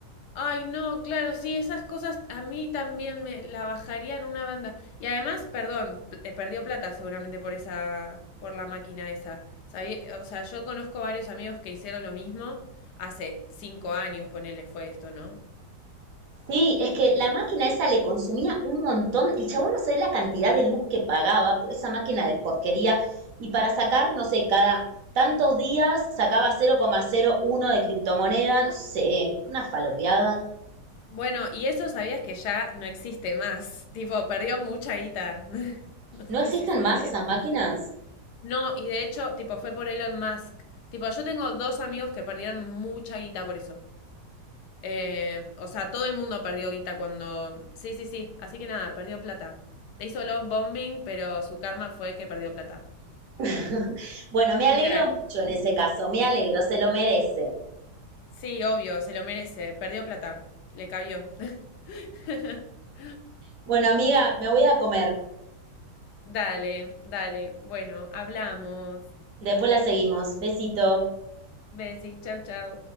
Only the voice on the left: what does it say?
Ay, no, claro, sí, esas cosas a mí también me la bajarían una banda. Y además, perdón, p- eh, perdió plata seguramente por esa, por la máquina esa. Sabí- o sea, yo conozco varios amigos que hicieron lo mismo hace cinco años, ponele, fue esto, ¿no?
Bueno, y eso sabías que ya no existe más. <laughs> Tipo, perdió mucha guita. <laughs> No sé
si sabías.
No, y de hecho, tipo, fue por Elon Musk. Tipo, yo tengo dos amigos que perdieron mucha guita por eso. Eh, o sea, todo el mundo perdió guita cuando. Sí, sí, sí. Así que nada, perdió plata. Le hizo love bombing, pero su karma fue que perdió plata.
Literal.
Sí, obvio, se lo merece. Perdió plata. Le cabió. <laughs>
Dale, dale. Bueno, hablamos.
Besi, chau, chau.